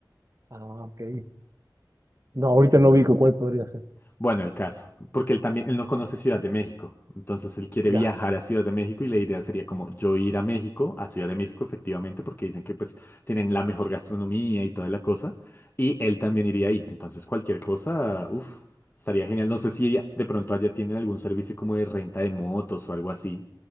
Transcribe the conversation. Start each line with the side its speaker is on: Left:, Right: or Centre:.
Right: Ah, ok. No, ahorita
Left: Es que no
Right: no
Left: lo
Right: ubico
Left: recuerdo.
Right: cuál podría ser.
Left: Bueno, el caso, porque él también, él no conoce Ciudad de México, entonces él quiere
Right: Ya.
Left: viajar a Ciudad de México y la idea sería como yo ir a México, a Ciudad de México efectivamente, porque dicen que pues tienen la mejor gastronomía y toda la cosa, y él también iría ahí, entonces cualquier cosa, uff, estaría genial, no sé si ella- de pronto allá tienen algún servicio como de renta de motos o algo así.